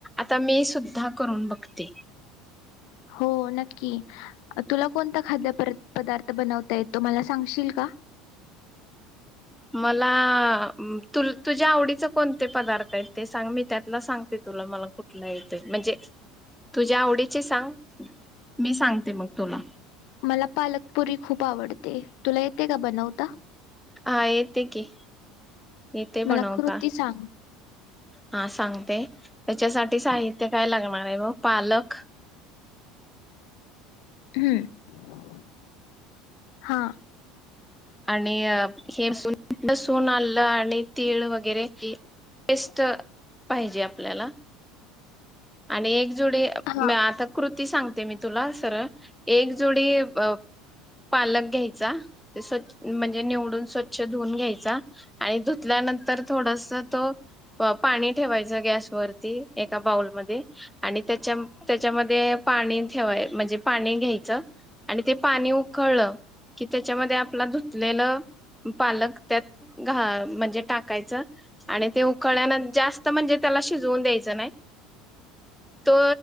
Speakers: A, in the centre; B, on the left.
A: आता मीसुद्धा करून बघते.
B: हो नक्की, तुला कोणता खाद्यपर पदार्थ बनवता येतो, मला सांगशील का?
A: मला तु तुझ्या आवडीचं कोणते पदार्थ आहेत, ते सांग? मी त्यातला सांगते तुला, मला कुठला येतंय. म्हणजे तुझ्या आवडीचे सांग. मी सांगते मग तुला
B: मला पालकपुरी खू प आवडते. तुला येतंय का बनवता?
A: हां येतंय की. येते
B: मला
A: बनवता
B: कृती सांग.
A: हा सांगते, त्याच्यासाठी साहित्य काय लागणार आहे बग, पालक
B: हम्म. हा.
A: आणि हे सून लसूण, आल्लं आणि तीळ वगैरेची पेस्ट पाहिजे आप ल्याला. आणि एकजुडी
B: हा
A: मी आता कृती सांगते, मी तुला सरळ एक जोडी अ पालक घ्यायचा. ते स्व म्हणजे निवडून, स्वच्छ धुवून घ्यायचा आणि धुतल्यानं तर थोडसं तो प पाणी ठेवायचा गॅसवरती, एका बाऊलम ध्ये आणि त्याच्या त्याच्यामध्ये पाणी ठेवाय म्हणजे पाणी घ्यायचं आणि ते पाणी उकळलं, की त्याच्यामध्ये आपला धुतलेलं पालक त्यात घा म्हणजे टाकायचं आणि ते उकळल्यान जास्त म्हणजे त्याला शिजवून द्यायचं नाय. तो